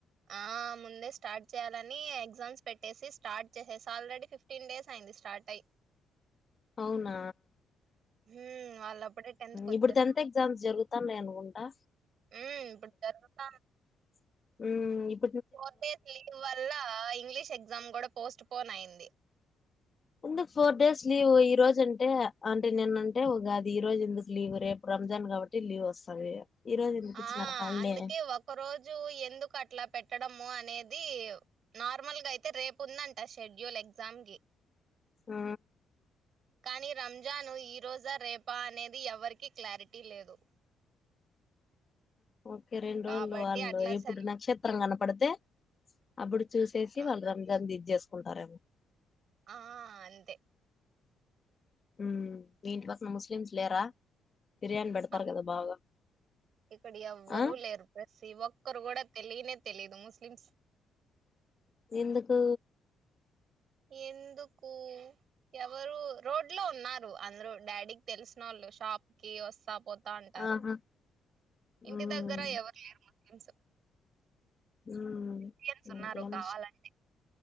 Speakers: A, on the right; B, on the left.
A: ఆ ముందే స్టార్ట్ చేయాలని ఎగ్జామ్స్ పెట్టేసి స్టార్ట్ చేసేసి ఆల్రెడీ ఫిఫ్టీన్ డేస్ అయి ది స్టార్ట్ అయి.
B: అవునా.
A: మ్, వాళ్ళు అప్పుడే టెన్త్ కి వచ్చారు
B: ఇప్పుడు టెన్త్ ఎగ్జామ్స్ జరుగుతాన్నయనుకుంటా.
A: ఊ ఇప్పుడు జరుగుత
B: మ్మ్
A: ఫోర్ డేస్ లీవ్ వల్ల ఇంగ్లీష్ ఎగ్జామ్ గూడా పోస్ట్ పోన్ అయింది
B: ఎందుకు ఫోర్ డేస్ లీవ్ ఈ రోజు అంటే అంటే నిన్నంటే ఉగాది ఈ రోజు ఎందుకు లీవ్ రేపు రంజాన్ కాబట్టి లీవ్ వస్తది ఈ రోజు ఎందుకు
A: ఆ
B: ఇచ్చినారు హాలిడే
A: అందుకే ఒక రోజు ఎందుకు అట్లా పెట్టడం ఉమో అనేది నార్మల్ గా అయితే రేపు ఉందంట షెడ్యూల్ ఎగ్జామ్ కి
B: ఆ...
A: కానీ రంజాను ఈరోజా రేపా అనేది ఎవరికీ క్లారిటీ లేదు
B: ఓకే రెండు
A: కాబట్టి
B: రోళ్ళు వాళ్ళు
A: అట్లా
B: ఎప్పుడు
A: సెల
B: నక్షత్రం కన పడితే అప్పుడు చూసేసి
A: ఆ
B: వాళ్ళు రంజాన్ది జేస్కుంటారేమో
A: ఆ.. అంతే
B: మ్ మీ ఇంటి పక్కన ముస్లిమ్స్ లేరా బిర్యానీ పెడతారు
A: ఆ,
B: కదా బాగా
A: ఇక్కడ ఎవ్వరు
B: ఆ
A: లేరు ప్రసి ఒక్కరు కూడా తెలినే తెలిదు ముస్లిమ్స్
B: ఎందుకు
A: ఎందుకు ఎవరు రోడ్లో ఉన్నారు అందరు డాడీకి తెల్సిన వోళ్ళు లొ షాపుకి వస్సా పో తా ఉంటారు
B: ఆహా
A: ఇంటి
B: ఉమ్
A: దగ్గర ఎవరు లేరు ముస్లిమ్స్
B: మ్మ్
A: ఇండియన్స్ ఉన్నారు
B: ఇంకేమ
A: కావాలని